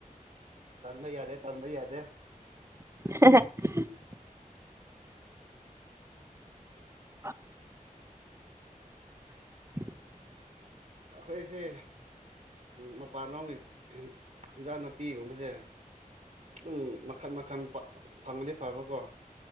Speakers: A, on the right; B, on the right.
A: ꯇꯕ ꯌꯥꯗꯦ ꯇꯥꯟꯗ ꯌꯥꯗꯦ
B: <unintelligible> ꯑ <inaudible>
A: ꯑꯩꯈꯣꯏꯁꯦ ꯃꯄꯥꯟ ꯂꯎꯒꯤ ꯏꯟꯖꯥꯡ ꯅꯥꯄꯤꯒꯨꯝꯕꯁꯦ ꯎꯝ ꯃꯈꯟ ꯃꯈꯟ ꯐꯪꯗꯤ ꯐꯕꯀꯣ